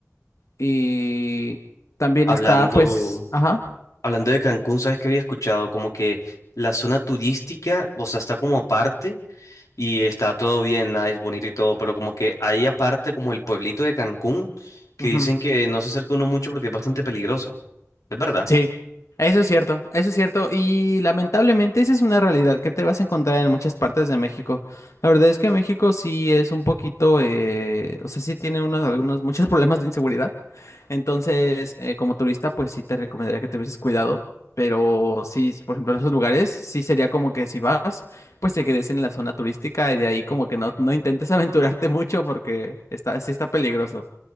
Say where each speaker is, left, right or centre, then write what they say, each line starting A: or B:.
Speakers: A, on the left; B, on the left.
A: Y también
B: Hablando,
A: está, pues, ajá.
B: hablando de Cancún, ¿sabes qué había escuchado? Como que la zona turística, o sea, está como aparte. Y está todo bien, nice, bonito y todo, pero como que hay aparte como el pueblito de Cancún, que
A: ujú.
B: dicen que no se acerca uno mucho porque es bastante peligroso. ¿Es verdad?
A: Sí, eso es cierto, eso es cierto. Y lamentablemente esa es una realidad que te vas a encontrar en muchas partes de México. La verdad es que México sí es un poquito, eh, o sea, sí tiene unos, algunos, muchos <laughs> problemas de inseguridad. Entonces, eh, como turista, pues sí te recomendaría que te hubieses cuidado. Pero sí, por ejemplo, en esos lugares, sí sería como que si vas, pues te quedes en la zona turística y de ahí como que no, no intentes <laughs> aventurarte mucho porque está, sí está peligroso.